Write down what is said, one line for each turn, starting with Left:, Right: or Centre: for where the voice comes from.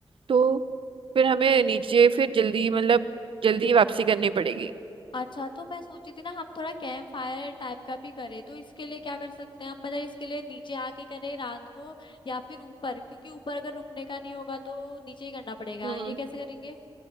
Right: तो फिर हमें नीचे फिर जल्दी मतलब जल्दी ही वापसी करनी पड़ेगी
Left: अच्छा तो मैं सोची थी ना हम थोड़ा कैंप फायर टाइप का भी करें तो इसके लिए क्या कर सकते हैं हम मतलब इसके लिए नीचे आके करें रात को या फिर ऊपर क्योंकि ऊपर अगर रुकने का नहीं होगा तो नीचे ही करना पड़ेगा
Right: हम्म
Left: ये कैसे करेंगे